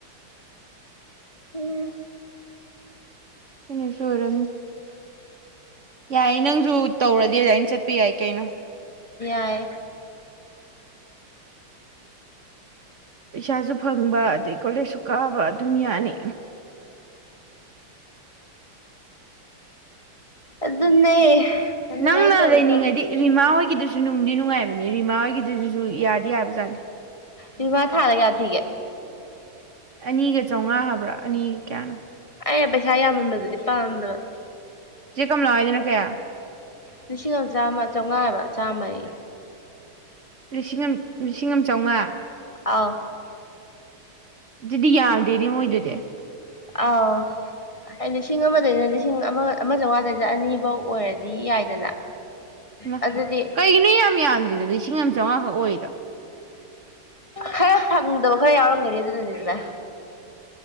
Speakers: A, on the left (about 20°); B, on the right (about 50°).
A: ꯎ
B: ꯀꯩꯅꯣꯁꯨ ꯑꯣꯏꯔꯝ ꯌꯥꯏꯌꯦ ꯅꯪꯁꯨ ꯇꯧꯔꯗꯤ ꯑꯗꯨꯃꯥꯏꯅ ꯆꯠꯄ ꯌꯥꯏ ꯀꯩꯅꯣ
A: ꯑꯦꯏꯏ
B: ꯄꯩꯁꯥꯁꯨ ꯐꯪꯕ ꯑꯗꯩ ꯀꯣꯂꯦꯖꯁꯨ ꯀꯥꯕ ꯑꯗꯨꯝ ꯌꯥꯅꯤ
A: ꯑꯗꯨꯅꯦ ꯑꯗꯨꯃꯥꯏꯅ
B: ꯅꯪꯅ
A: ꯇꯧꯒꯦ
B: ꯂꯩꯅꯤꯡꯉꯗꯤ
A: ꯇꯧ
B: ꯔꯤꯃꯥ ꯍꯣꯏꯒꯤꯗꯨꯁꯨ ꯅꯨꯡꯗꯤ ꯅꯨꯡꯉꯥꯏꯕꯅꯦ ꯔꯤꯃꯥ ꯍꯣꯏꯒꯤꯗꯨꯗꯨꯁꯨ ꯌꯥꯗꯤ ꯌꯥꯕꯖꯥꯠꯅꯤ
A: ꯏꯃ ꯊꯥꯅ ꯌꯥ ꯊꯤꯒꯦ
B: ꯑꯅꯤꯒ ꯆꯧꯉꯥ ꯍꯥꯏꯕ꯭ꯔꯥ ꯑꯅꯤ ꯀꯌꯥꯅꫭ
A: ꯑꯩꯩꯅ ꯄꯩꯁꯥ ꯌꯥꯝꯃꯟꯕꯗꯨꯗꯤ ꯄꯥꯝꯗꯕ
B: ꯆꯦ ꯀꯝꯂꯥ ꯍꯣꯏꯗꯨꯅ ꯀꯌꯥ
A: ꯂꯤꯁꯤꯡ ꯑꯃ ꯆꯥꯝꯃ ꯆꯧꯉꯥ ꯍꯥꯏꯕ ꯆꯥꯝꯃꯥꯌꯦ
B: ꯂꯤꯁꯤꯡ ꯑꯃ ꯂꯤꯁꯤꯡ ꯑꯃ ꯆꯧꯉꯥ
A: ꯑꯥꯎ
B: ꯑꯗꯨꯗꯤ ꯌꯥꯝꯗꯦꯅꯦ ꯃꯣꯏꯗꯨꯗꯤ
A: ꯑꯥꯎ ꯂꯤꯁꯤꯡ ꯑꯃꯗꯩꯅ ꯂꯤꯁꯤꯡ ꯑꯃ ꯑꯃ ꯆꯧꯉꯥꯗꯩꯅ ꯑꯅꯤꯕꯧ ꯑꯣꯏꯔꯗꯤ ꯌꯥꯏꯗꯅ
B: ꯏꯃꯥ
A: ꯑꯗꯨꯗꯤ
B: ꯀꯩꯒꯤꯅ‌ꯣ ꯌꯥꯝ ꯌꯥꯝꯗ꯭ꯔꯤꯗꯨꯗꯤ ꯂꯤꯁꯤꯡ ꯑꯃ ꯆꯧꯉꯥ ꯈꯛ ꯑꯣꯏꯔꯤꯗꫭ
A: ꯈꯔ ꯐꯪꯗꯕ ꯈꯔ ꯌꯥꯎꯔꯝꯒꯅꯤ ꯑꯗꯨꯅꯗꯤꯗꯅ